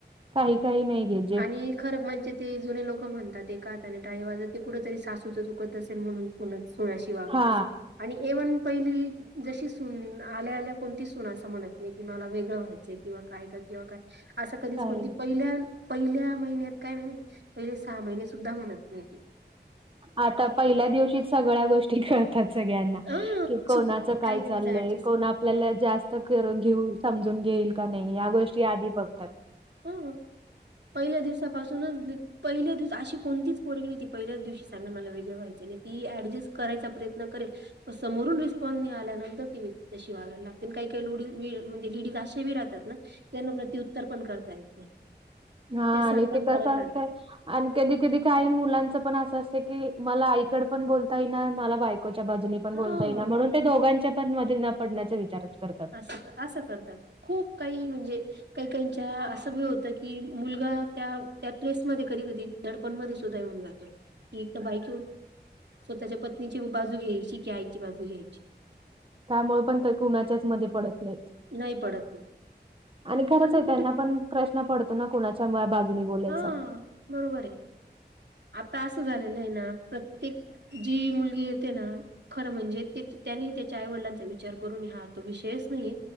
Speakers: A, on the right; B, on the right.
A: काही काही नाही घेत.
B: आणि खरं म्हणजे ते जुने लोक म्हणतात कात आणि टाळे वाजत ते कुठ तरी सासूचं चुकत असे म्हणून सोनत सोन. वागत
A: हा
B: असे. आणि एव्हन पहिली जशी सून आल्या आल्या कोणती सून असं म्हणत नाही की मला वेगळं व्हाय. किंवा काय का किंवा अस कधी
A: काही नाही
B: पहिल्या. पहिल्या महिन्यात काय म्हणज पहिले सहा महिने सुद्धा म्हणत नाहीती.
A: आता पहिल्या दिवशी सगळ्या गोष्टी कळतात सगळ्यांना.
B: ह
A: कि कोणाच काय
B: काही लेडीज
A: चाललंय,
B: ऍडजस्ट
A: कोण आपल्याला जास्त. कर घेऊ समजून घेईल का नाही. या गोष्टी आधी बघतात.
B: हा पहिल्या दिवसापासूनच, पहिल्या दिवस अशी कोणतीच पोरगणी ती पहिल्याच सांगेल मला वेगळें व्हायचे आणि ऍडजस्ट करायचा प्रयत्न करेल. समोरून रिस्पॉन्स मिळाल्यानंतर की ती तशी वागयला लागते, काही काही लोडीज म्हणजे डीज अशा बी राहते? त्यांना प्रत्युत्तर पण करता येत नाही?
A: हा
B: त्या सण
A: आणि
B: पण
A: ते कसं
B: करत राहतात
A: असेल? आणि कधी कधी काही मुलांचं पण असं असतं की. मला आईकड पण बोलता येई ना, मला बायकोच्या बाजूने ण
B: हा
A: बोल म्हणून ते दोघांच्या पण मध्ये, पडण्याचा विचारच करतात.
B: असं असं करतात. खूप काही म्हणजे, काही काहीच्या असं भ होतं की, मुलगा त्या त्या ट्रेसमध्येध्ये कधी कधी धडपण म सुद्धा येऊन जातो. की एक तर बाईक स्वतःच्या पत्नीची बाजू घ्यायची की आईची बाजू घ्यायची <unintelligible>
A: त्यामुळे पण ते कुणाच्याच मध्ये पडत नाहीत.
B: नाही पडत नाही?
A: आणि खरंच
B: पण मग
A: आहे,
B: कुठे
A: त्यांना पण प्रश्न पडतो ना कोणाच्या मु बाजूनी बोलायचं
B: हां बरोबर आहे? आता असं झालेलं आहे ना प्रत्येक जी मुलगी येते ना खरं म्हणजे त्याने त्याच्या आईवडिलांचा विचार करून हा तो विषयच नाहीय.